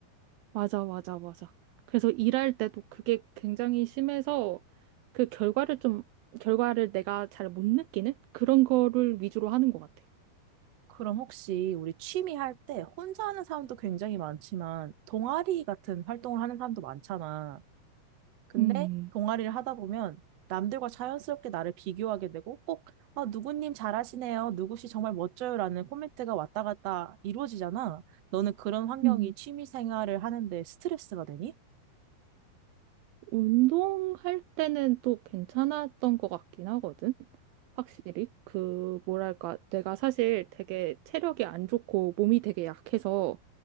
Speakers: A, on the right; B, on the right.
A: 맞아, 맞아, 맞아. 그래서 일할 때도 그게 굉장히 심해서 그 결과를 좀, 결과를 내가 잘 못 느끼는 그런 거를 위주로 하는 것 같아.
B: 그럼 혹시 우리 취미 할 때 혼자 하는 사람도 굉장히 많지만 동아리 같은 활동을 하는 사람도 많잖아. 근데
A: 음,
B: 동아리를 하다 보면 남들과 자연스럽게 나를 비교하게 되고 꼭 아, 누구님 잘하시네요. 누구씨 정말 멋져요라는 코멘트가 왔다 갔다 이루어지잖아. 너는 그런 환경이
A: 음.
B: 취미 생활을 하는데 스트레스가 되니?
A: 운동할 때는 또 괜찮았던 것 같긴 하거든. 확실히. 그, 뭐랄까. 내가 사실 되게 체력이 안 좋고 몸이 되게 약해서